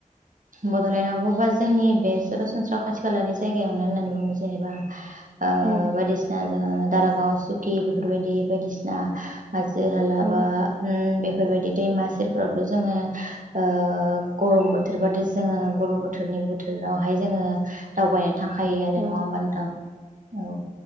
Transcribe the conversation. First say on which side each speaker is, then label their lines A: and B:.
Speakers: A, on the right (about 65°); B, on the right (about 35°).
A: बड'लेण्डआवबो बा जोंनि बे सरासनस्रा खाथि खालानि जायगायावनो होननानै बुङो जेनेबा ओ
B: औ
A: बायदिसिना जोङो दारागाव सुकि बेफोरबायदि बायदिसिना । हाजो हालाबा
B: औ
A: ओम बे- फोरबायदि दैमा सेरफोरावथ' जोङो ओ गरम बो- थोरबादि जोङो गरम बोथोरनि बोथोरावहाय जोङो दावबाय- थांखायोआनो
B: औ
A: नङा होम्बा नोंथां औ